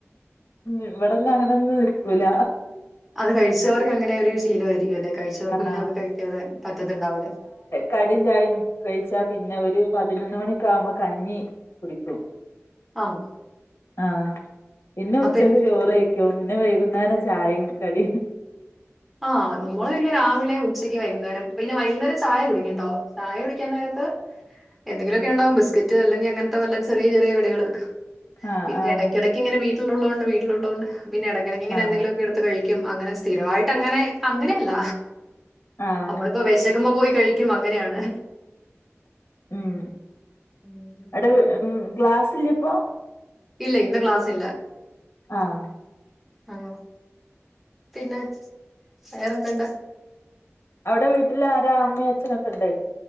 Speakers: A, on the left; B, in the centre.
A: ഇവിടെന്ന അങ്ങനെന്നും നിൽക്കൂല
B: അത് കഴിച്ചവർക്ക് അങ്ങനെ ഒരു ശീലമായിരിക്കും അല്ലെ കഴിച്ചവർക്ക്
A: ആഹ്
B: പിന്നെ അത് കഴിക്കാതെ പറ്റത്തുണ്ടാവില്ല
A: കടീം ചായയും കഴിച്ചാ പിന്നെ ഒരു പതിനൊന്ന് മണിക്ക ആവുമ്പോ കഞ്ഞി കുടിക്കും
B: ആഹ്
A: ആഹ് ഇന്നെ ഉച്ചക്ക്
B: എനി
A: ചോറ് പിന്നെ വൈകുന്നേരം ചായയും കടിയും
B: ആഹ് നമ്മള് പിന്നെ രാവിലെ ഉച്ചയ്ക്ക് വൈകുന്നേരം പിന്നെ വൈകുന്നേരം ചായ കുടിക്കും ട്ടോ ചായ കുടിക്കൻ നേരത്ത് എന്തെങ്കിലുമൊക്കെ ഉണ്ടാവും ബിസ്ക്കറ്റ് അല്ലെങ്കിലേ അങ്ങനത്തെ വല്ല ചെറിയ ചെറിയ കടികള്
A: ആഹ്
B: പിന്നെ
A: ആഹ്
B: ഇടക്കിടക്ക് ഇങ്ങനെ വീട്ടുള്ളള്ളുകൊണ്ട് വിട്ടിലുള്ളതൊണ്ട് പിന്നെടക്കിടക്ക് ഇങ്ങനെന്തങ്കിലുമൊക്കെ
A: ആഹ്
B: എടു എടുത്തു കഴിക്കും അങ്ങനെ സ്ഥിരമായിട്ട് അങ്ങനെ അങ്ങനെയല്ല
A: ആഹ്
B: നമ്മളിപ്പോ <unintelligible> കിട്ടുമ്പോൾ പോയി കഴിക്കും അങ്ങനെയാണ്
A: ഉം
B: ഉം.
A: അവിടെ ഉം ക്ലാസില്ലേ ഇപ്പം
B: ഇല്ല ഇന്ന് ക്ലാസ് ഇല്ല
A: ആഹ്
B: ഓഹ് പിന്നെ വേറെന്തുണ്ട്
A: അവിടെ വീട്ടിൽ ആരാ അമ്മയും അച്ഛനൊക്കെ ഉണ്ടേ